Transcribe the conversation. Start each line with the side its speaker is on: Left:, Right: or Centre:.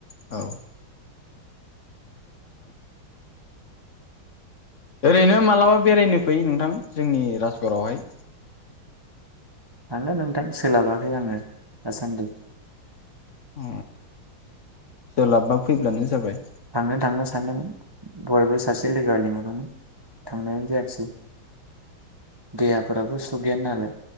Left: औ। ओरैनो मालाबा बेरायनो फै नोंथां जोंनि राजगरआवहाय।
Right: थांगोन नोंथां सोलाबाखै आङो दासान्दि।
Left: अ सोलाबबा फैब्लानो जाबाय।
Right: थांनो थांनो सानदोंमोन दहायबो सासे लोगोआ लिंहरदोंमोन थांनायानो जायाखिसै देहाफोराबो सुग गैया नालाय।